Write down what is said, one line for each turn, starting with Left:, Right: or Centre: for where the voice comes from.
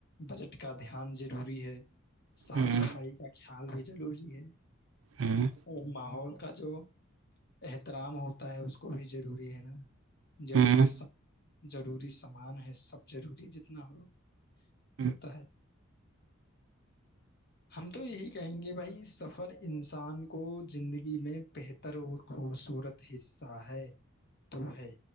Left: بجٹ کا دھیان ضروری ہے صاف
Right: ہ
Left: صفائی کا حال بھی ضروری ہے
Right: ہ
Left: اور ماحول کا جو احترام ہوتا ہے اس کو بھی ضروری ہے نا ضروری
Right: ہ
Left: س ضروری سامان ہے سب ضروری جتنا ہو
Right: ہ
Left: ہوتا ہے ہم تو یہی کہیں گے بھائی سفر انسان کو زندگی میں بہتر اور خوبصورت حصہ ہے تو ہے